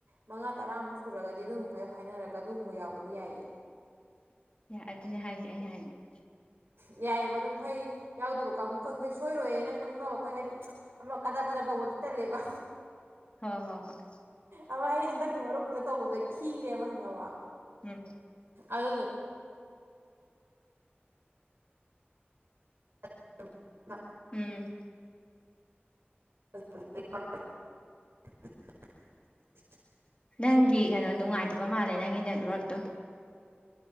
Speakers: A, on the right; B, on the left.
A: ꯃꯉꯥ ꯇꯔꯥꯃꯨꯛ ꯁꯨꯔꯒꯗꯤ ꯑꯗꯨꯝ ꯃꯈꯥꯏꯗꯣ ꯈꯥꯏꯅꯔꯒ ꯑꯗꯨꯒꯨꯝꯕ ꯌꯥꯎꯕꯗꯤ ꯌꯥꯏꯌꯦ
B: <inaudible> ꯌꯥꯏ ꯑꯗꯨꯅꯦ ꯍꯥꯏꯖꯦ ꯑꯩꯅ ꯍꯥꯏꯅꯤꯡ
A: ꯌꯥꯏꯑꯦꯕ ꯑꯗꯨꯝ ꯈꯣꯏꯒꯤ ꯌꯥꯎꯗꯕ ꯀꯥꯡꯕꯨꯈꯣꯏ ꯈꯣꯏ ꯁꯣꯏꯔꯣꯏꯌꯦꯅ ꯈꯪꯅꯕ ꯑꯈꯣꯏ ꯍꯥꯏꯗꯤ ꯑꯃ ꯀꯥꯗꯔ ꯐꯥꯗꯔ ꯇꯧꯕꯗꯨ ꯇꯜꯂꯦꯕꯥ
B: ꯍꯣꯏ ꯍꯣꯏ ꯍꯣꯏ
A: ꯑꯃ ꯑꯩ ꯍꯟꯗꯛꯀꯤ ꯃꯔꯨꯞꯀꯤꯗ ꯇꯧꯕꯗꯣ ꯑꯩ ꯈꯤꯔꯦꯕ ꯈꯪꯉꯕ
B: ꯎꯝ
A: ꯑꯗꯨꯗꯨ <unintelligible>
B: ꯎꯝ
A: <unintelligible>
B: ꯅꯪꯒꯤ ꯀꯩꯅꯣ ꯅꯨꯡꯉꯥꯏꯇꯕ ꯃꯥꯜꯂꯦ ꯅꯪꯒꯤ ꯅꯦꯠꯋꯔꯛꯇꯣ